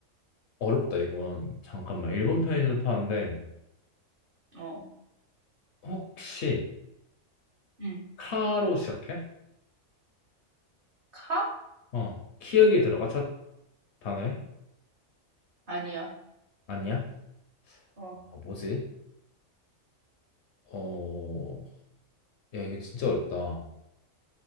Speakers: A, on the left; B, on the right.
A: 어렵다, 이건. 잠깐만. 일본 편의점에서 파는데,
B: 어,
A: 혹시,
B: 음,
A: 카로 시작해?
B: 카?
A: 어. 키읔이 들어가? 첫 단어에?
B: 아니야.
A: 아니야?
B: 어.
A: 아, 뭐지? 어, 야, 이거 진짜 어렵다. 어,